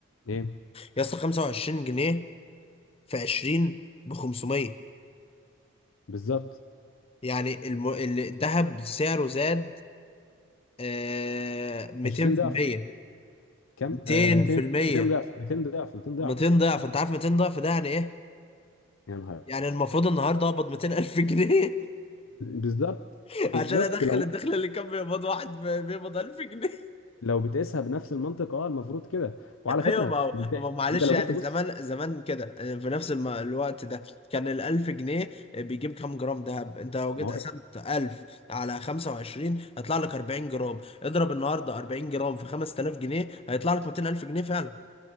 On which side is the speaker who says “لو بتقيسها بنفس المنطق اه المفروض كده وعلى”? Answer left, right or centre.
Left